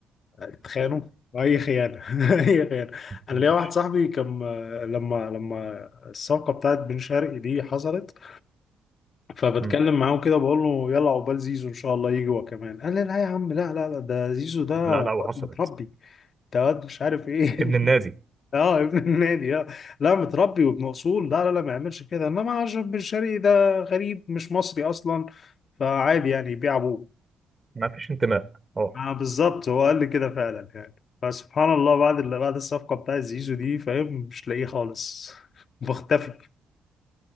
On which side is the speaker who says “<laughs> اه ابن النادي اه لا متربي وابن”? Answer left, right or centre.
Left